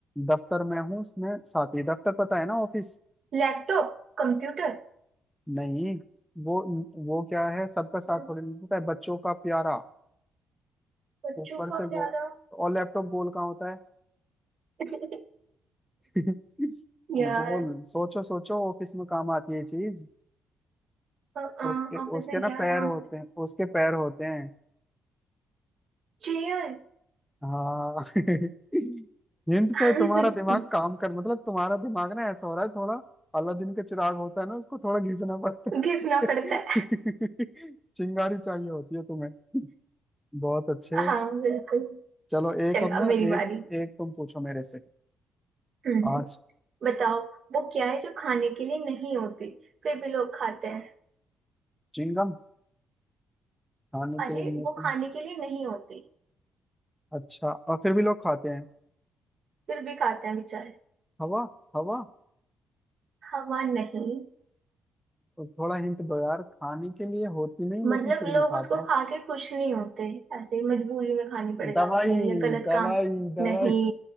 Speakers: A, in the centre; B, on the right.
A: दफ्तर में हूँ उसमें साथी दफ्तर पता है ना ऑफिस
B: Laptop computer
A: नहीं वो वो क्या है सबका साथ
B: हम्म,
A: थोड़ी मिलता है बच्चों का प्यारा
B: बच्चों
A: ऊपर से
B: का प्यारा
A: गो और लैपटॉप गोल कहाँ होता है
B: <laughs>
A: <laughs>
B: यार
A: गोल सोचो सोचो ऑफिस में काम आती है ये चीज
B: अ, अ,
A: उसके
B: ऑफिस
A: उसके
B: में
A: ना
B: क्या
A: पैर
B: काम
A: होते हैं उसके पैर होते हैं
B: चेयर
A: हाँ <laughs> हिंट
B: <laughs>
A: से तुम्हारा दिमाग काम कर मतलब तुम्हारा दिमाग ना ऐसा हो रहा है थोड़ा अलादीन का चिराग होता है ना उसको थोड़ा घिसना पड़ता
B: घिसना
A: है
B: पड़ता है
A: <laughs> चिंगारी चाहिए होती है तुम्हें बहुत अच्छे
B: हाँ बिल्कुल
A: चलो एक
B: चलो
A: अब
B: अब
A: ना
B: मेरी बारी
A: एक एक तुम पूछो मेरे से
B: हम्म
A: आज
B: बताओ वो क्या है जो खाने के लिए नहीं होती फिर भी लोग खाते हैं
A: चिंगम खाने के
B: अरे
A: लिए मिलते
B: वो खाने
A: हैं
B: के लिए नहीं होती
A: अच्छा और फिर भी लोग खाते हैं
B: फिर भी खाते हैं बेचारे
A: हवा हवा
B: हवा नहीं
A: थोड़ा हिंट दो यार खाने के लिए होती नहीं
B: मतलब
A: लेकिन फिर भी
B: लोग
A: खाते
B: उसको
A: हैं
B: खा के खुश नहीं होते ऐसे ही मजबूरी में खानी पड़ जाती
A: दवाई
B: है या गलत
A: दवाई
B: काम
A: दवाई
B: नहीं